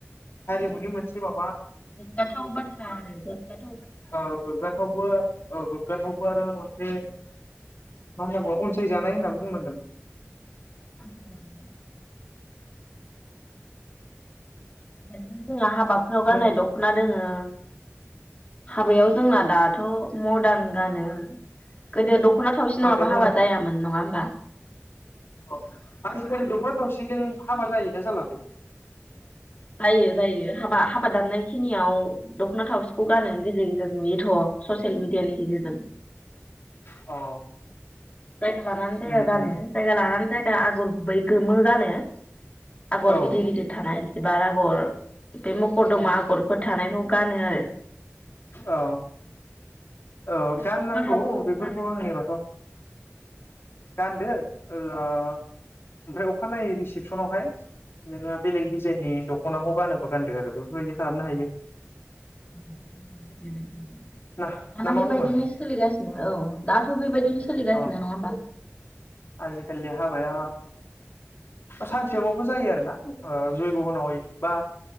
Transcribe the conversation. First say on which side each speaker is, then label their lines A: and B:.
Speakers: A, on the left; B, on the left.
A: हारिमुनि मोनसे माबा
B: गोग्गाथाव बाथ्रा आरो गोग्गा
A: औ गोग्गाथावबो औ गोग्गाथाव आरो मोनसे मा होनना बुङो अनसायजानाय होननाबो बुंनांगोन।
B: अनसायजानाय <unintelligible> जोंनि हाब हाबाफोराव गाननाय
A: नों
B: दख'ना दोङो हाबायाव जोंना दाथ' मरदान गानो, गोदो दख'ना थावसि
A: माबायाव
B: नङाबा हाबा जायामोन नङा होमबा?
A: अ आजिखालि दख'ना थावसिजों हाबा जायोना जालालै?
B: थायो जायो हाबा हाब हाबा दाननायखिनियाव दख'ना थावसिखौ गानो गेजेर गेजेर नुयोथ' ससियेल मिडियानि गेजेरजों।
A: अ।
B: जायगा लानानै जायगा
A: उम
B: गानो
A: उम
B: जायगा लानानै जायगा आगर गर गुबै गोमो गानो। नो आगर
A: औ
B: गिदिर गिदिर थानाय जिबार आगर बे मखर दङ मा आगरफोर, थानायखौ गानो आरो
A: औ औ गाननांगौ
B: दख'ना थावसिखौबो
A: बेफोरखौ
B: गानो
A: आंनिबाथ' गान्दो ओ ओमफ्राय अखानायै रिसेपसनावहाय नोङो बेलेग डिजाइननि दख'नाखौ गानोबा गानदो आरो बेफोरबायदि खालामनो हायो।
B: <inaudible> बेब दाना
A: ना ना मा
B: बेबायदिनो
A: बुङो
B: सोलिगासिनो औ दाथ' बेबायदि सोलि गासिनो
A: अ
B: नङा होमबा?
A: आजिखालि हाबाया सानसेयावबो जायो आरोना ओ जैग' होनावै बा